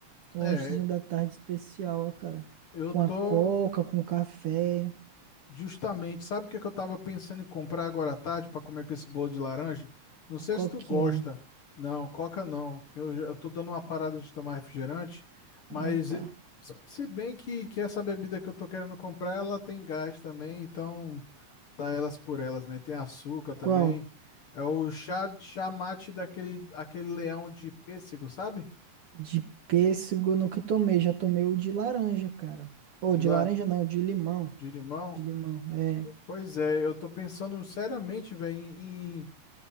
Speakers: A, on the right (about 60°); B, on the left (about 55°).
A: Um
B: É,
A: lanchezinho da tarde especial, ó, cara.
B: Eu
A: Com
B: tô
A: a coca, com o café,
B: justamente, sabe o que que eu tava pensando em comprar agora à tarde para comer com esse bolo de laranja? Não sei
A: a coquinha.
B: se tu gosta. Não, Coca não, que eu, eu tô dando uma parada de tomar refrigerante, mas
A: Ah, tá.
B: eh, se se bem que, que essa bebida que eu tô querendo comprar, ela tem gás também, então dá elas por elas, né? Tem açúcar também.
A: Qual?
B: É o chá, chá mate daquele aquele leão de pêssego, sabe?
A: De pêssego eu nunca tomei, já tomei o de laranja, cara. Ou
B: De
A: de
B: lá,
A: laranja não, de limão.
B: de limão.
A: De limão, é.
B: Pois é, eu tô pensando seriamente, velho, em,